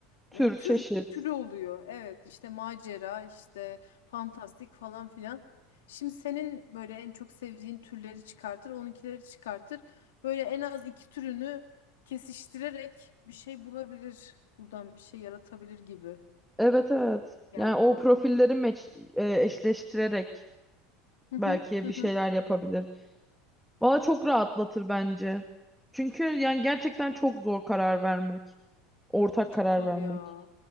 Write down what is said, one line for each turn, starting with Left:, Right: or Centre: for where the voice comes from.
Centre: Tür,
Left: E, tür
Centre: çeşit.
Left: türü oluyor. Evet işte macera işte fantastik falan filan. Şimdi senin böyle en çok sevdiğin türleri çıkartır, onunkileri çıkartır. Böyle en az iki türünü kesiştirerek bir şey bulabilir. Buradan bir şey yaratabilir gibi
Centre: Evet evet.
Left: geldi
Centre: Yani o
Left: bana.
Centre: profilleri meç, e, eşleştirerek
Left: Hı
Centre: belki
Left: hı hı hı.
Centre: bir şeyler yapabilir. Valla çok rahatlatır bence. Çünkü yani gerçekten çok zor karar vermek. Ortak
Left: Çok
Centre: karar
Left: zor
Centre: vermek.
Left: ya.